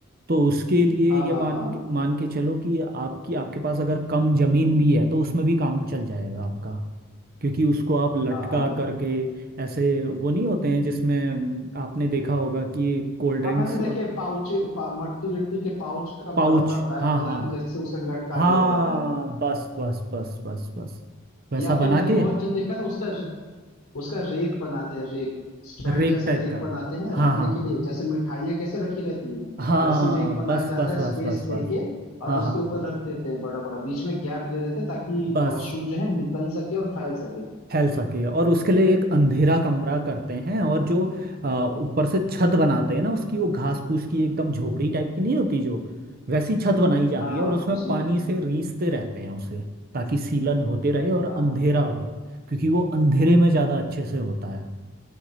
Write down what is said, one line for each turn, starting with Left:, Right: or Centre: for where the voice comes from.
Right: तो उसके लिए
Left: हाँ
Right: ये
Left: हाँ
Right: मान
Left: हाँ हाँ
Right: के मान के चलो कि आपकी आपके पास अगर कम जमीन भी है तो उसमें भी काम चल जाएगा आपका क्योंकि उसको आप लटका
Left: हाँ हाँ
Right: करके ऐसे वो नहीं होते हैं जिसमें अम, आपने देखा होगा कि कोल्ड ड्रिंक्स
Left: हाँ मैंने देखे पाउच पा, मट्टी वट्टी के पाउच का
Right: पाउच
Left: बड़ा बड़ा बैग
Right: हाँ
Left: बना
Right: हाँ
Left: के जैसे उसे लटका
Right: हाँ
Left: दिया जाता है
Right: बस बस बस बस बस वैसा
Left: या फिर
Right: बना
Left: मैंने
Right: के
Left: बहुत जन देखा ना उसका उसका रेक बनाते हैं रेक स्टैंड
Right: रेक
Left: जैसा
Right: टाइप
Left: रेक
Right: का
Left: बनाते हैं
Right: हाँ
Left: रखने
Right: हाँ
Left: के लिए जैसे मिठाइयाँ कैसे रखी रहती हैं
Right: हाँ
Left: वैसी रेक बनाया
Right: बस
Left: जाता
Right: बस
Left: है
Right: बस
Left: स्पेस
Right: बस
Left: दे
Right: बस
Left: के
Right: हाँ
Left: और उसके
Right: हाँ
Left: ऊपर रख देते हैं बड़ा बड़ा बीच में गैप दे देते हैं ताकि
Right: बस
Left: मशरूम जो है निकल सके और फैल सके
Right: फैल सके और उसके लिए एक अंधेरा कमरा करते हैं और जो अ, ऊपर से छत बनाते हैं ना उसकी वो घास फूस की एकदम झोपड़ी टाइप की नहीं होती जो वैसी छत बनाई जाती
Left: हाँ
Right: है और उसमें
Left: उसमें
Right: पानी से रींचते रहते हैं उसे ताकि सीलन होते रहे और
Left: हाँ,
Right: अंधेरा हो क्योंकि वो अंधेरे में ज़्यादा अच्छे से होता है